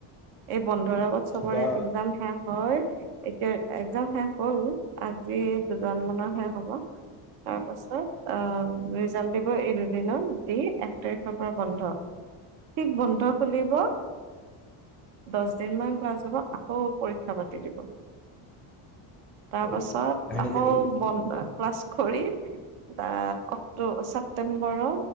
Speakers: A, on the right; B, in the centre.
A: এই বন্ধ। আগত চবৰে
B: বা
A: একজাম শেষ হয় এতিয়া একজাম শেষ হল আজি দু। জুন মানত শেষ হ'ব। তাৰ পাছত অ ৰিজাল্ট দিব এই দুদিনত দি এক তাৰিখ। পৰা বন্ধ ঠিক বন্ধ খুলিব দহ দিন মান ক্লাছ হব আকৌ পৰীক্ষা পাতি দিব তাৰ
B: আৰু
A: পাছত
B: সেনেকে
A: আকৌ
B: নেকি
A: বন্ধ ক্লাছ কৰি বা অক্টো চে ছেপটেম্বৰৰ